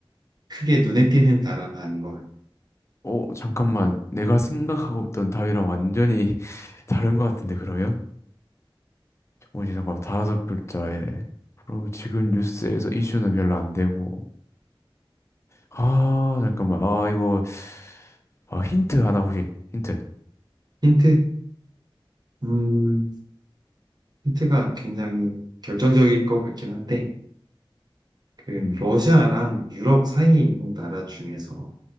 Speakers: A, on the right; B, on the left.
A: 크게 눈에 띄는 나라는 아닌 것 같아요.
B: 어, 잠깐만. 내가 생각하고 있던 답이랑 완전히 <laughs> 다른 것 같은데, 그러면? 뭐지, 잠깐만. 다섯 글자에. 그럼 지금 뉴스에서 이슈는 별로 안 되고. 아, 잠깐만. 아, 이거, 아, 힌트 하나 혹시, 힌트.
A: 힌트? 음, 힌트가 굉장히 결정적일 것 같긴 한데, 그,
B: 음,
A: 러시아랑 유럽 사이에 있는 나라 중에서